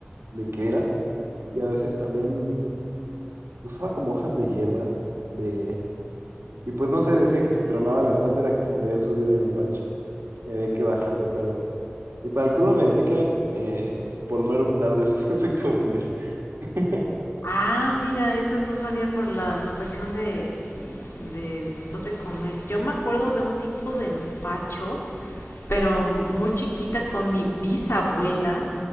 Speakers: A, on the right (about 75°); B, on the left (about 75°).
A: de qué era, y a veces también usaba como hojas de hierba, de, y pues no sé, decía que si tronaba la espalda era que se me había subido el empacho, y había que bajarlo, pero, y para el culo me decía que era eh, por no eructar <laughs> después de comer. <laughs>
B: Ah, mira, eso no sabía por la cuestión de, de después de comer. Yo me acuerdo de un tipo de empacho, pero muy chiquita con mi bisabuela